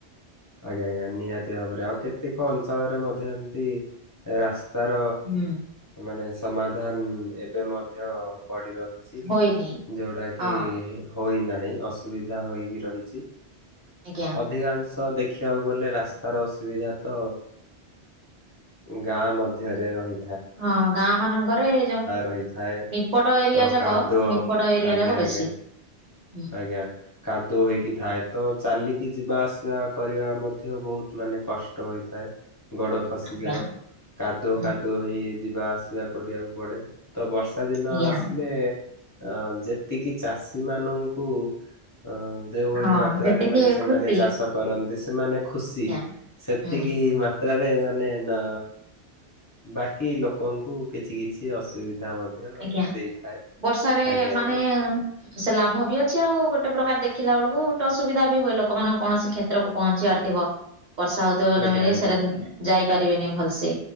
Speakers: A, on the left; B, on the right.
A: ଆଜ୍ଞା ଆଜ୍ଞା ନିହାତି ଭାବରେ ଆଉ କେତେକ ଅଞ୍ଚଳରେ ମଧ୍ୟ ଏମିତି ରାସ୍ ତାର
B: ହୁଁ
A: ମାନେ ସମାଧାନ ଏବେ ମଧ୍ୟ ପଡି ରହିଛି
B: ହୋଇନି
A: ଯୋଉଟା କି
B: ହଁ
A: ହୋଇ ନାହିଁ ଅସୁବିଧା ହୋଇକି ରହିଛି
B: ଆଜ୍ଞା
A: ଅଧିକାଂଶ ଦେଖ ଦେଖିବାକୁ ଗଲେ ରାସ୍ତାର ଅସୁବିଧା ତ ଗାଁ ମଧ୍ୟରେ ରହି
B: ହଁ ଗାଁ ମାନଙ୍କରେ ଯୋଉ
A: ରହିଥାଏ।
B: ନିପଟ ଏରିଆ
A: ତ
B: ଯାକ
A: କାଦୁଅ
B: ନିପଟ ଏରିଆ
A: ଆଜ୍ଞା
B: ଯାକ ବେଶୀ
A: ଆଜ୍ଞା
B: ହ
A: ଆଜ୍ଞା କାଦୁଅ ହେଇକି ଥାଏ ତ ଚାଲି କି ଯିବା ଆସିବା କରିବା ମଧ୍ୟ ବହୁତ ମାନେ କଷ୍ଟ ହେଥାଏ। ଗୋଡ ଖସିଯାଏ
B: ଆଜ୍ଞା
A: କାଦୁଅ
B: ହୁଁ,
A: କାଦୁଅ ହେଇ ଯିବା ଆସିବା କରିବାକୁ ପଡେ ତ ବର୍ଷା ଦିନ
B: ଆଜ୍ଞା
A: ଆସିଲେ ଅ ଯେତିକି ଚାଷୀ ମାନଙ୍କୁ ହ ଯେଉଭଳି
B: ହଁ
A: ମାତ୍ରାରେ
B: ଯେତିକି
A: ମାନେ ସେମାନେ
B: ଖୁସି
A: ଚାଷ କରନ୍ତି ସେମାନେ ଖୁସି
B: ଆଜ୍ଞା।
A: ସେତିକି
B: ହୁଁ।
A: ମାତ୍ରାରେ ମାନେ ନା ବା କି ଲୋକଙ୍କୁ କିଛି କିଛି ଅସୁବିଧା ମଧ୍ୟ
B: ଆଜ୍ଞା
A: ଦେଇଥାଏ।
B: ବର୍ଷାରେ
A: ଆଜ୍ଞା
B: ମାନେ
A: ଆଜ୍ଞା
B: ସେ ଲାଭ ବିୟ ଛି ଆଉ ଗୋଟେ ପ୍ରକାର ଦେଖିଲା ବେଳକୁ ଗୋଟ ଅସୁବିଧା ବି ହୁଏ ଲୋକମାନଙ୍କ କୌଣସି କ୍ଷେତ୍ରକୁ ପହଞ୍ଚିବାର ଥିବ ବର୍ଷା ହଉଥିବ ଭଲମ
A: ଆଜ୍ଞା ଆଜ୍ଞା
B: ସେଟା ଯାଇପାରିବେନି ଭଲସେ